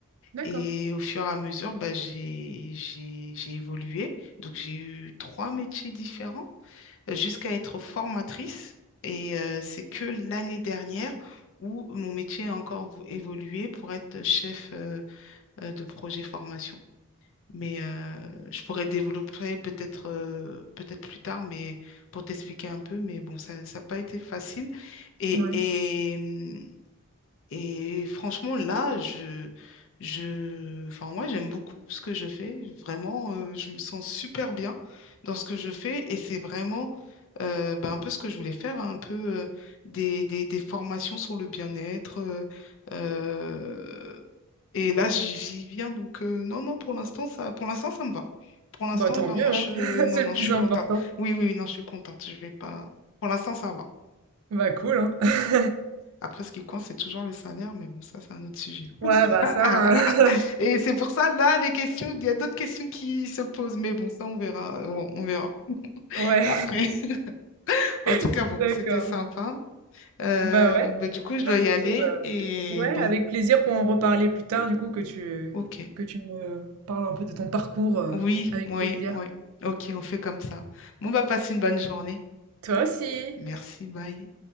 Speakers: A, on the right; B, on the left.
A: D'accord,
B: Et au fur et à mesure, bah, j'ai, j'ai, j'ai évolué. Donc, j'ai eu trois métiers différents jusqu'à être formatrice. Et euh, c'est que l'année dernière où mon métier a encore vo- évolué pour être chef euh, euh, de projet formation. Mais euh, je pourrais développer peut-être euh, peut-être plus tard, mais pour t'expliquer un peu. Mais bon, ça, ça n'a pas été facile. Et,
A: ouais.
B: et, hum, et franchement, là, je, je, enfin, moi, j'aime beaucoup ce que je fais. Vraiment, euh, je me sens super bien dans ce que je fais. Et c'est vraiment euh, ben, un peu ce que je voulais faire, hein, un peu euh, des, des, des formations sur le bien-être. euh, euh, et là, j'y j'y viens. Donc, euh, non, non, pour l'instant, ça, pour l'instant, ça me va. Pour l'instant,
A: Bah, tant
B: vraiment,
A: mieux, hein,
B: je,
A: <laughs>
B: non,
A: c'est
B: non,
A: le plus
B: je suis
A: important.
B: contente. Oui, oui, non, je suis contente. Je vais pas. Pour l'instant, ça va.
A: Bah, cool, hein. <laughs>
B: Après, ce qui compte, c'est toujours le salaire, mais bon, ça, c'est un autre sujet.
A: Ouais, bah,
B: Ah,
A: ça,
B: ah, Voilà.
A: heu,
B: Et c'est pour ça, là, les questions, il y a d'autres questions qui se posent, mais bon, ça, on verra. On, on verra.
A: <laughs> ouais,
B: Après, <laughs> en tout cas,
A: <laughs>
B: bon,
A: d'accord.
B: c'était sympa. Euh,
A: Bah, ouais.
B: bah, du coup, je
A: Bah,
B: dois
A: du
B: y aller.
A: coup, heu,
B: Et
A: ouais,
B: bon,
A: avec plaisir pour en reparler plus tard, du coup, que tu
B: ok.
A: que tu me parles un peu de ton parcours, heu,
B: Oui,
A: avec
B: oui,
A: plaisir.
B: oui. Ok, on fait comme ça. Bon, bah, passe une bonne journée.
A: Toi aussi.
B: Merci, bye.